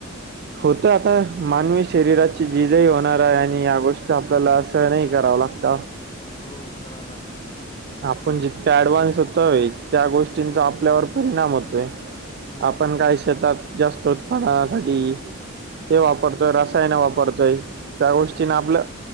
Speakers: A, on the right (about 50°); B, on the left (about 25°).
A: होत आता मानवी शरीराची जिजही होणार आहे आणि या गोष्टी आपल्याला असह नाही करावं लागत
B: हो करावं लागेल ना
A: आपण जितका ऍडव्हान्स होतो त्या गोष्टींचा
B: हो
A: आपल्यावर परिणाम होतोय
B: हो
A: आपण काय शेतात जास्त उत्पादनासाठी हे वापरतोय रसायन वापरतोय त्या गोष्टीने
B: हो
A: आपलं